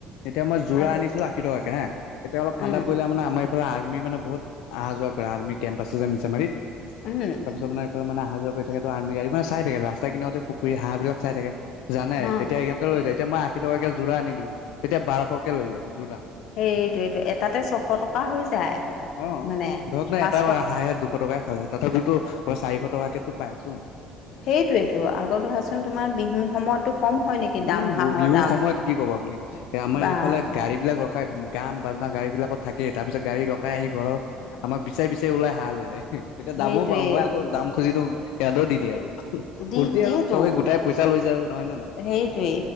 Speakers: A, on the left (about 85°); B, on the left (about 55°).
A: এতিয়া মই জোৰা
B: আৰু
A: আনিছিলো আশীটকাকে হা এতিয়া অলপ ঠাণ্ডা
B: উম
A: পৰিলে মানে আমাৰ এ, ফালে আৰ্মি মানে বহুত অহা যোৱা কৰে আৰ্মি কেম্প আছে যে মিছামাৰীত।
B: উম,
A: তাৰিছত মানে এফালে মানে যোৱা কৰি থাকে আৰ্মি গাড়ী চাই থাকে ৰাস্তা কিনাৰতে পুখুৰী হাঁহ বিলাক চাই থাকে। জানে
B: উম
A: তেতিয়া সকাৰণতে লৈ যায় এতিয়া মই আশী টকাকে যোৰা আনি দিওঁ তেতিয়া বাৰশকে লৈ যায় যোৰা।
B: সেইটোৱেইটো এটাতে ছশ টকা হৈ যায়।
A: অ
B: মানে
A: ধৰক ন
B: পাঁচশ
A: এটা হাঁহে দুশ টকাই খালে তথাপিতোৰ চাৰিশ টকাকে পাই আছো।
B: সেইটোৱেইেতো আগত ধৰাচোন তোমাৰ বিহুৰ সময়তো কম হয় নেকি। দাম
A: উম
B: হাঁহৰ
A: বিহুৰ
B: দাম
A: সময়ত কি কব আপুনি এ আমাৰ
B: বা
A: এইফালে গাড়ী বিলিলাক। ৰখাই গান বাজনা গাড়ীবিলাকত থাকে তাৰপিছত গাড়ী ৰখাই আহি ঘৰৰ। আমাক বিচি বিচাৰি ওলাই হাঁহ লৈ যায় তেতিয়া
B: সেইটোৱে
A: দামো পাওঁ মই আকৌ দাম খুজি দিও হেহটো দি দিয়ে আৰু
B: দি
A: ফূৰ্তি
B: দিয়েতো
A: আৰু চবেই গোটাই পইচা লৈছে আৰু নহয়নে নহয়।
B: সেইটোৱেই।